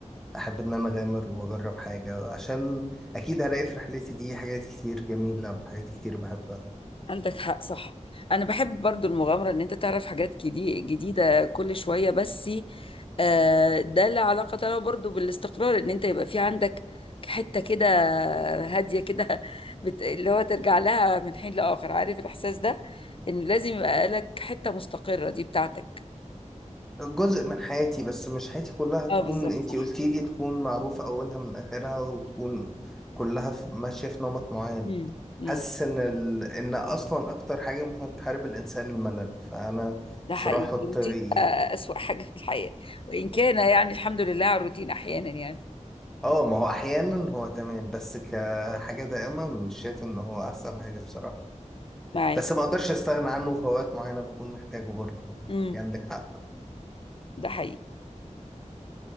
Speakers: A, in the centre; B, on the left (about 45°).
A: أحب إن أنا أغامر وأجرب حاجة عشان أكيد هلاقي في رحلتي دي حاجات كتير جميلة وحاجات كتير بحبها
B: عندك حق صح انا بحب برضو المغامره ان انت تعرف حاجات جدي- جديده كل شويه بس آه، ده له علاقه له برضو بالاستقرار ان انت يبقى في عندك حته كده هاديه كده <laughs> بت... اللي هو ترجع لها من حين لاخر عارف الاحساس ده ان لازم يبقى لك حته مستقره دي بتاعتك
A: جزء من حياتي بس مش حياتي كلها تكون
B: اه بالظبط
A: انتي
B: صح
A: قلتي لي تكون معروفة أولها من آخرها وتكون كلها في- ماشية في نمط معين
B: امم امم
A: حاسس إن ال... إن أصلا أكتر حاجة ممكن تحارب الإنسان الملل فأنا
B: ده
A: مش
B: حقيقي
A: راح أحط
B: الروتين
A: إيد
B: آه، اسوأ حاجه في الحياه وان كان يعني الحمد لله على الروتين احيانا يعني
A: آه ما هو أحيانا هو تمام بس كحاجة دائمة مش شايف إن هو أحسن حاجة بصراحة
B: معاك
A: بس ما أقدرش أستغنى عنه في أوقات معينة بكون محتاجه برضه
B: امم
A: يعني عندك حق
B: ده حقيقي